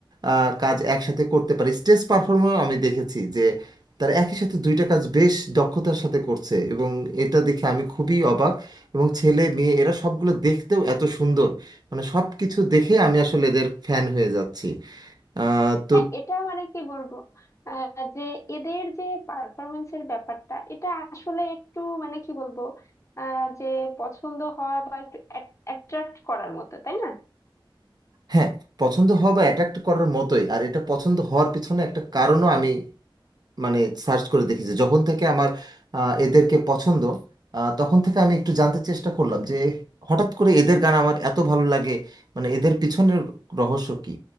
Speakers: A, on the right (about 50°); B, on the left (about 35°).
A: আহ, কাজ একসাথে করতে পারে স্টেজ পারফর্মেও আমি দেখেছি যে তারা একই সাথে দুইটা কাজ বেশ দক্ষতার সাথে করছে এবং এটা দেখে আমি খুবই অবাক এবং ছেলে মেয়ে এরা সবগুলো দেখতেও এত সুন্দর মানে সব কিছু দেখে আমি আসলে এদের ফ্যান হয়ে যাচ্ছি আহ, তো
B: হ্যাঁ এটা মানে কি বলবো আহ, যে এদের যে পারফরমেন্সের ব্যাপারটা এটা আসলে একটু মানে কি বলবো আহ, যে পছন্দ হওয়া বা একটু অ্যাট্রাক্ট করার মতো তাই না
A: হ্যাঁ পছন্দ হওয়া বা অ্যাট্রাক্ট করার মতোই আর এটা পছন্দ হওয়ার পিছনে একটা কারণও আমি মানে সার্চ করে দেখি যে যখন থেকে আমার আহ, এদেরকে পছন্দ আহ, তখন থেকে আমি একটু জানতে চেষ্টা করলাম যে হঠাৎ করে এদের গান আমার এত ভালো লাগে মানে এদের পিছনের রহস্য কি